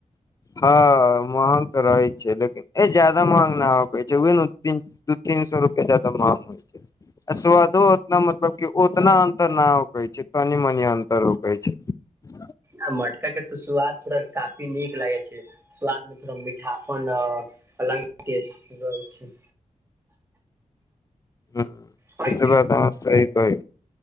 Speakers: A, on the left; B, on the right.
A: हँ महंग तऽ रहै छै लेकिन ए ज ज्यादा महंग न होके छै ओ ती दू तीन सो रुपआ ज्यादा महंग होइ छै स्वादो उतना मतलब क उतना अंतर न होकै छै कनी मनि अन्तर होकै छै <inaudible>
B: आ मटका के तो स्वाद थोरा काफी नीक लागे छै स्वाद में थोड़ा मि मिठापन और अलग टेस्ट रहै छै
A: हं
B: खाइ
A: ई त बात अहां सही कहै